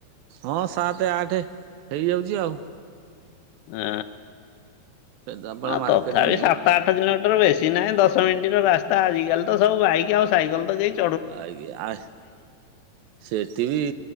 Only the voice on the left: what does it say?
ଓ
ହ
ତଥାପି ସାତ ଆ ଆଠ କିଲୋମିଟର ବେଶୀ ନାହିଁ ଦଶ ମିନିଟର ରାସ୍ତା ଆଜିକାଲି ତ ସବୁ ବାଇକ୍ ଆଉ ସାଇକେଲ ତ ଯାଇଛି।